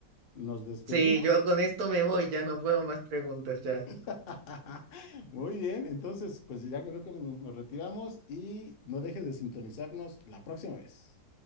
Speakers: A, on the left; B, on the right.
A: Nos despedimos.
B: sí, yo con esto me voy, ya no puedo más preguntas ya.
A: <laughs> Muy bien, entonces, pues ya creo que nos nos retiramos y no dejes de sintonizarnos la próxima vez.